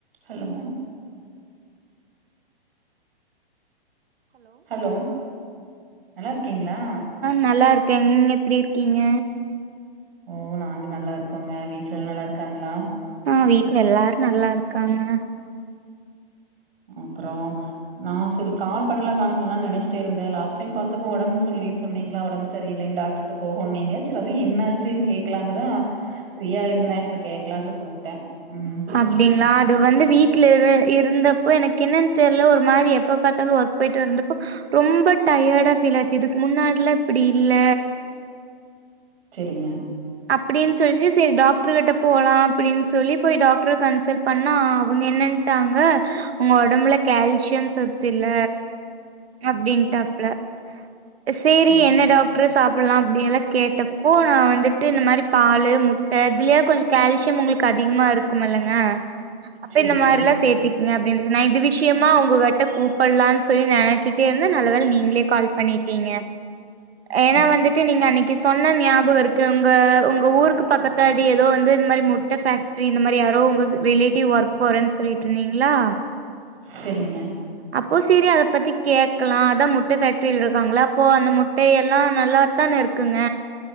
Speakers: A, on the right; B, on the right.
A: ஹலோ ஹலோ நல்லாருக்கீங்களா
B: நல்லாருக்கேன் நீங்க எப்படி இருக்கீங்க
A: ஓ நாங்க நல்லா இருக்கோங்க வீட்ல எல்லாம் நல்லா இருக்காங்ளா
B: ஆ வீட்ல எல்லாரு நல்லார்க்காங்க
A: அப்றோ நா செரி கால் பண்லா கால் பண்லான் நெனைச்சிட்டே இருந்தே லாஸ்ட் டைம் பாத்தப்போ ஒடம் சொல்லின் சொன்னீங்ளா ஒடம்பு சரியில்லைனு டாக்டர் போகுனுனிங்க சரி அதா என்னாச்சு கேக்கலான்ட்டுதா ஃப்ரீயா இருந்தே இப்ப கேக்கலான்ட்டு கூப்ட்டே ம்
B: அப்டிங்ளா அது வந்து வீட்ல இரு இருந்தப்போ எனக்கு என்னன் தெர்ல ஒரு மாரி எப்ப பாத்தாலு ஒர்க் போய்ட்டு வந்தப்போ ரொம்ப டயர்டா ஃபீல் ஆச்சு இதுக்கு முன்னாடில்லா இப்டி இல்ல
A: செரிங்க
B: அப்டின் சொல்லிட்டு செரி டாக்டருகிட்ட போலா அப்டின்னு சொல்லி சரி போய் டாக்டர கன்சல்ட் பண்ணா அவங்க என்னன் ட்டாங்க உங்க ஒடம்புல கேல்சியம் சத்து இல்ல அப்டின்டாப்ல சேரி
A: செரிங்க
B: என்ன டாக்டரு சாப்புட்லா அப்டின் எல்லா கேட்டப்போ நா வந்துட் டு இந்த மாரி பாலு முட்ட இதுலயே கொஞ்ச கேல்சிய உங்களுக்கு அதிகமா இருக்குமல்லங்க அப்ப
A: செரிங்க
B: இந்த மாரில்லா சேத்தி ங்க அப்டின் சொ நா இது விஷயமா ஒங்க கிட்ட கூப்பிட்லான்னு சொல்லி நெனைச்சிட்டே இருந்தே நல்ல வேல நீங்களே கால் பண்ணி டிங்க ஏன்னா
A: ஆ
B: வந்துட்டு நீங்க அன்னைக்கு சொன்ன ஞாபக இருக் கு உங்க உங்க ஊருக்கு பக்கத்து அடி ஏதோ வந்து இந்த மாரி முட்ட ஃபேக்ட்ரி இந்த மாரி யாரோ உங்க ரிலேட்டிவ் ஒர்க் போறேன் சொல்லிட்ருந்தீங்ளா
A: செரிங்க
B: அப்போ சேரி அத பத்தி கேக்கலா அதா முட்ட ஃபேக்ட்ரில இருக்காங்களா அப்போ அந்த முட்டை எல்லா நல்லாத்தான இருக்குங்க